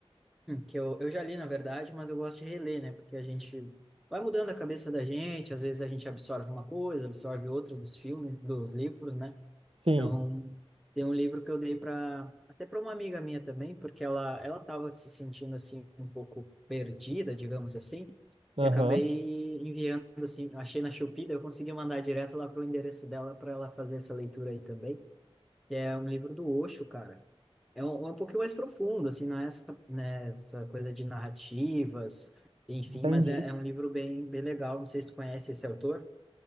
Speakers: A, in the centre; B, on the right (about 65°).
A: que eu, eu já li, na verdade, mas eu gosto de reler, né? Porque a gente vai mudando a cabeça da gente, às vezes a gente absorve uma coisa, absorve outra dos filmes, dos livros, né?
B: sim,
A: Então, tem um livro que eu dei para até para uma amiga minha também, porque ela ela estava se sentindo assim um pouco perdida, digamos assim,
B: aham,
A: e acabei enviando assim, achei na Shopee, daí eu consegui mandar direto lá pro endereço dela para ela fazer essa leitura aí também, que é um livro do Osho, cara. É um, é um pouquinho mais profundo, assim, não é essa, né, essa coisa de narrativas, enfim,
B: entendi.
A: mas é, é um livro bem, bem legal. Não sei se tu conhece esse autor,